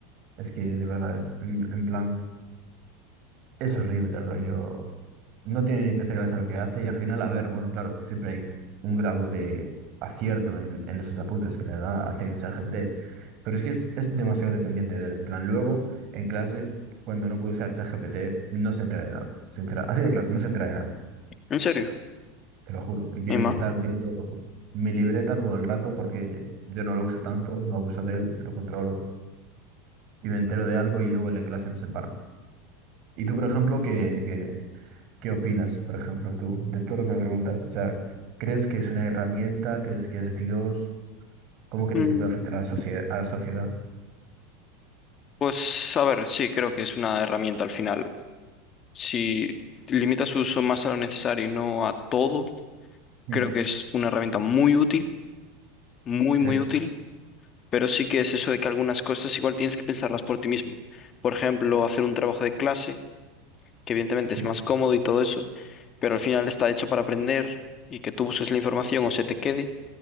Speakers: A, on the right (about 45°); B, on the left (about 35°).
A: es que de verdad, es, en, en plan, es horrible el rollo. no tiene ni pies de cabeza lo que hace y al final, a ver, bueno, claro, siempre hay un grado de acierto en, en esos apuntes que le da a ChatGPT, pero es que es, es demasiado dependiente de él. En plan, luego, en clase, cuando no puede usar ChatGPT, no se entera de nada. Se entera- así de claro, no se entera de nada,
B: ¿En serio?
A: te lo juro. Y tiene
B: Emma?
A: que estar viendo mi libreta todo el rato porque yo no lo uso tanto, no abuso de él, lo controlo y me entero de algo y luego en la clase no se para. ¿Y tú, por ejemplo, que ¿Qué opinas, por ejemplo, tú, de todo lo que me preguntas? O sea, ¿crees que es una herramienta? ¿Crees que es Dios? ¿Cómo crees
B: Mm,
A: que puede afectar a la sociedad, a la sociedad?
B: Pues a ver, sí, creo que es una herramienta al final. Si limita su uso más a lo necesario y no a todo,
A: Mm,
B: creo que es una herramienta muy útil, muy,
A: Sí,
B: muy útil pero sí que es eso de que algunas cosas igual tienes que pensarlas por ti mismo. Por ejemplo, hacer un trabajo de clase, que evidentemente
A: sí.
B: es más cómodo y todo eso, pero al final está hecho para aprender y que tú busques la información o se te quede